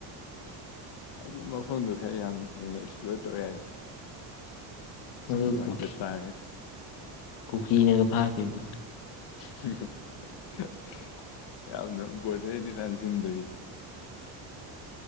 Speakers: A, on the left; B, on the left.
A: ꯍꯥꯏꯗꯤ ꯃꯐꯝꯗꯨꯣ ꯈꯔ ꯌꯥꯝ ꯍꯦꯟꯅ ꯑꯦꯛꯁꯄ꯭ꯂꯣꯔ ꯇꯧꯋꯦ ꯍꯥꯏꯅ
B: ꯑꯗꯨ
A: ꯑꯗꯨꯗꯨꯋꯥꯏ
B: ꯀꯨꯀꯤ
A: ꯆꯇꯥꯔ
B: ꯀꯨꯀꯤꯅꯒ ꯐꯥꯈꯤꯕꯗꯣ
A: ꯍꯝ ꯍ ꯌꯥꯝꯅ ꯣꯁꯗꯤ ꯂꯦꯟꯁꯤꯟꯗꯨꯒꯤꯗ